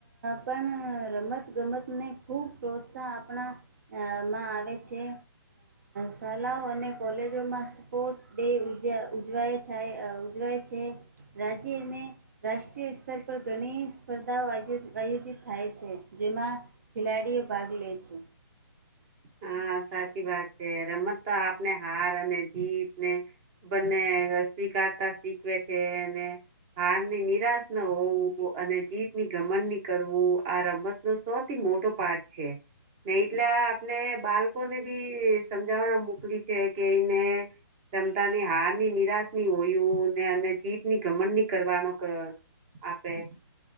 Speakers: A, on the right; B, on the right.
A: પણ રમત રમત ગમતને ખૂબ પ્રોત્સાહ આપણામાં આવે છે શાળાઓ અને કોલેજોમાં સ્પોર્ટ ડે ઉજ ઉજવાય છે ઉજવાય છે રાજ્ય અને રાષ્ટ્રીય સ્તર પર ઘણી સ્પર્ધાઓ આયોજિત થાય છે જેમાં ખેલાડીઓ ભાગ લે છે
B: હા સાચી વાત છે રમત તો આપને હાર અને જીત ને બંને સ્વીકારતા શીખવે છે હારની નિરાશ ન હોવું અને જીત ની ગમન ની કરવું આ રમત નો સૌથી મોટો પાઠ છે ને એટલે આ બાળકોને બી સમજાવવા મોકલી છે કે એઈને ક્ષમતાની હારની નિરાશ ની હોય ને અને જીત ની ગમણ ની કરવાનો આપપે